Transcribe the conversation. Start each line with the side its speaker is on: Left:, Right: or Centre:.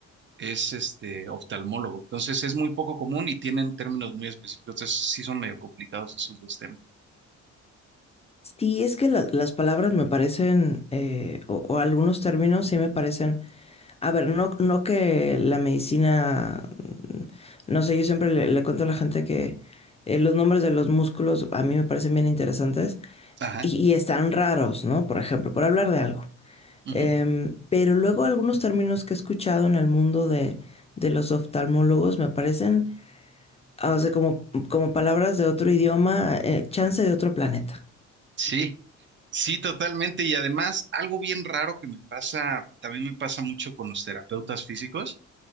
Right: es este oftalmólogo. Entonces es muy poco común y tienen términos muy específicos. Entonces sí son medio complicados esos dos temas.
Left: Sí, es que la- las palabras me parecen, eh, o, o algunos términos sí me parecen A ver, no, no que la medicina, no sé, yo siempre le, le cuento a la gente que eh, los nombres de los músculos a mí me parecen bien interesantes
Right: Ajá.
Left: y, y están raros, ¿no? Por ejemplo, por hablar de algo.
Right: Ujú.
Left: Em, pero luego algunos términos que he escuchado en el mundo de, de los oftalmólogos me parecen, ah, o sea, como, como palabras de otro idioma, eh, chance de otro planeta.
Right: Sí, sí, totalmente. Y además, algo bien raro que me pasa, también me pasa mucho con los terapeutas físicos,